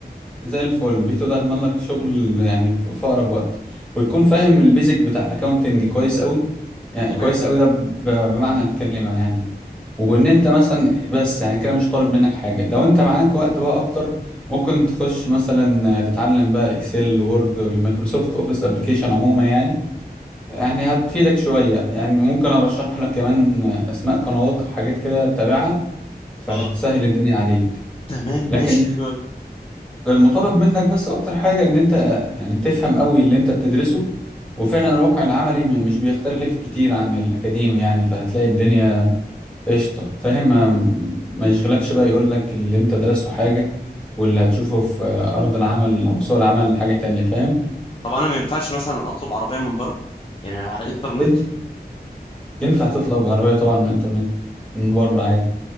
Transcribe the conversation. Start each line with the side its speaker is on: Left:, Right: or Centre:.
Centre: زي الفل فيتو ده هتضمن لك شغل يعني ف- في اقرب وقت وتكون فاهم البيزك بتاع الاكاونتنج كويس قوي يعني
Left: تمام
Centre: كويس قوي ده ب- بمعنى الكلمه يعني وان انت مثلا بس يعني كده مش طالب منك حاجه لو انت معاك وقت بقى اكتر ممكن تخش مثلا تتعلم بقى اكسل وورد والمايكروسوفت اوفيس ابلكيشن عموما يعني يعني هتفيدك شويه يعني ممكن ارشح لك كمان اسماء قنوات وحاجات كده تتابعها فهتسهل
Left: اه
Centre: الدنيا عليك
Left: تمام
Centre: لكن
Left: ماشي حلو قوي
Centre: المطالب منك بس اكتر حاجة ان انت يعني تفهم قوي اللي انت بتدرسه وفعلا الواقع العملي م- مش بيختلف كتير عن الاكاديمي يعني فهتلاقي الدنيا قشطة فاهم ما ما يشغلكش بقى يقول لك اللي انت درسته حاجة واللي هتشوفه في ارض العمل او سوق العمل حاجة تانية فاهم
Left: طب انا ما ينفعش مثلا اطلب عربيه من بره يعني على الانترنت
Centre: ين- ينفع تطلب عربية طبعا من الانترنت من بره عادي